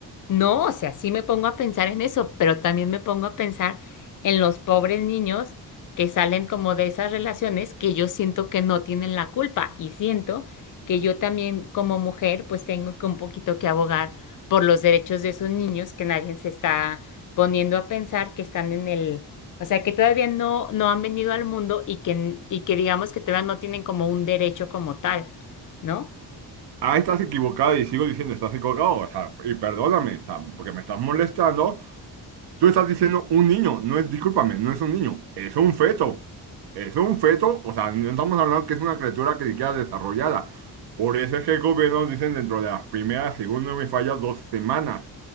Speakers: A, on the left; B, on the right.
A: No, o sea, sí me pongo a pensar en eso, pero también me pongo a pensar en los pobres niños que salen como de esas relaciones que yo siento que no tienen la culpa y siento que yo también como mujer pues tengo que un poquito que abogar por los derechos de esos niños que nadie se está poniendo a pensar que están en el, o sea, que todavía no, no han venido al mundo y que, y que digamos que todavía no tienen como un derecho como tal, ¿no?
B: Ah, estás equivocado y sigo diciendo, estás equivocado. O sea, y perdóname, o sea, porque me estás molestando. Tú estás diciendo un niño, no es, discúlpame, no es un niño, es un feto. Es un feto, o sea, no estamos hablando que es una criatura que ni siquiera desarrollada. Por eso es que el gobierno dicen dentro de las primeras, según no me falla, dos semanas.